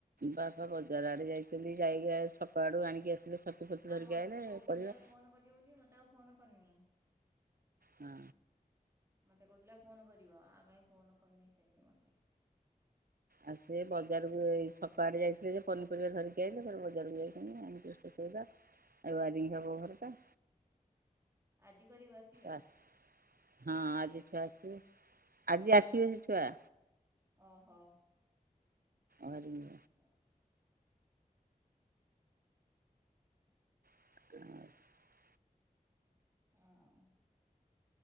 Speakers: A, on the right; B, on the right.
A: ବାପା ବଜାର ଆଡେ ଯାଇଚନ୍ତି ଯାଇକି ଛକ ଆଡୁ ଆଣିକି ଆସିଲେ। ଛତୁ ଫତୁ
B: ହଁ
A: ଧରିକି
B: ମତେ
A: ଆଇଲେ
B: କହୁଥିଲା
A: ପରିବା
B: ଫୋନ କରିବ ବୋଲି ମତେ ଆଉ ଫୋନ କରିନି।
A: ହଁ
B: ମତେ କହୁଥିଲା ଫୋନ୍ କରିବ ଆଉ କାହିଁ ଫୋନ୍ କରିନି ସେ ବି ମତେ।
A: ଆଉ ସେ ବଜାରକୁ ଏଇ ଛକ ଆଡେ ଯାଇଥିଲେ ଯେ ପନିପରିବା ଧରିକି ଆଇଲେ ଫେରେ ବଜାରକୁ ଯାଇଚନ୍ତି। ଆଣି କି ସୁଖେଇଵା। ଉଆରିଙ୍ଗ୍ ହବ ଘରଟା
B: ଆଜି କରିବ ଆସିବେ
A: ଆ ହଁ ଆଜି ଛୁଆ ଆସିବେ ଆଜି ଆସିବେ ସେ ଛୁଆ।
B: ଓହୋ।
A: ଆର୍ମି।
B: <inaudible>
A: <inaudible>
B: ଆଁ।